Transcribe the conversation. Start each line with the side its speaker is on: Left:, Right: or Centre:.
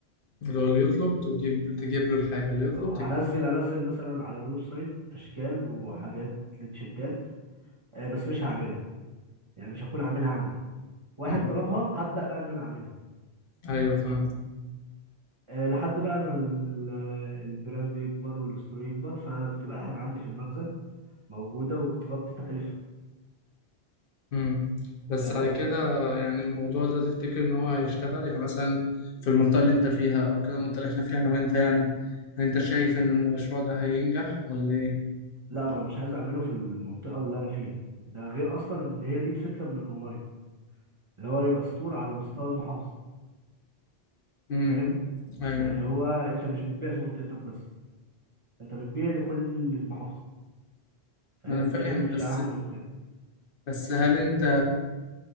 Left: اللي هو اللي يطلب تجيب تجيب له الحاجة اللي يطلب
Right: اه
Left: تجيب
Right: هنزل هنزل مثلا على الويب سايت اشكال وحاجات لتيشيرتات آه، بس مش هعملها يعني مش هكون عاملها عندي واحد
Left: امم
Right: طلبها هبدأ بقى ان انا اعملها
Left: أيوه فاهم
Right: آه، لحد بقى ما ال- آه، البراند يكبر والستور يكبر فبتبقى الحاجة عندي في المخزن موجودة وبتغطي تكلفة
Left: امم بس
Right: آه
Left: على كده يعني الموضوع ده تفتكر إن هو هيشتغل يعني مثلا في المنطقة اللي أنت فيها أو كده المنطقة اللي إحنا فيها أنا وأنت يعني أنت شايف إن المشروع ده هينجح ولا إيه؟
Right: لا ما انا مش عايز اعمله في المنطقة اللي انا فيها ده غير اصلا ان هي دي الفكرة من الاونلاين اللي هو يبقى ستور على مستوى المحافظة
Left: امم
Right: فاهم
Left: أيوه
Right: يعني هو انت مش بتبيع في منطقتك بس انت بتبيع لكل المحافظة فاهم
Left: ما أنا فاهم
Right: شركة
Left: بس
Right: شحن وكده
Left: بس هل أنت